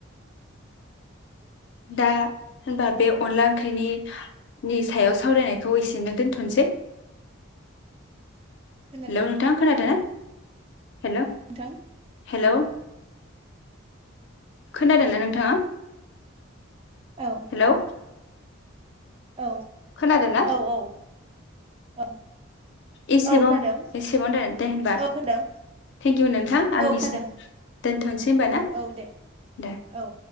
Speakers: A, on the left; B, on the right.
A: दा होनबा बे अनला ओंख्रिनि नि सायाव सावरायनायखौ एसेनो दोन्थ'सै ।
B: खोनादोंना
A: हेलौ नोंथाङा खोनादों ना? हेल'
B: नोंथां
A: हेल' खोनादों ना नोंथाङा?
B: औ
A: हेलौ!
B: औ
A: खोनादों ना
B: औ औ । औ।
A: एसेबाव
B: औ खोनादों
A: एसेबाव दोन दे होमबा
B: औ खोनादों
A: थेंकिउ नोंथां आंनिसो
B: औ खोनादों
A: दोनथ'नसै होनबा ना?
B: औ दे
A: दे ।
B: औ